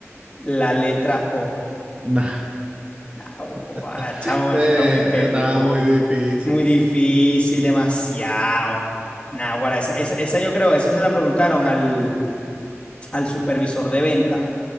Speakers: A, on the left (about 20°); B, on the right (about 25°).
A: la letra O.
B: No.
A: Ahora,
B: <laughs>
A: chamo,
B: Eh,
A: eso está muy peludo,
B: estaba muy difícil.
A: muy difícil, demasiado. Nah, guara, esa, esa, esa yo creo, esa se la preguntaron al, al supervisor de venta.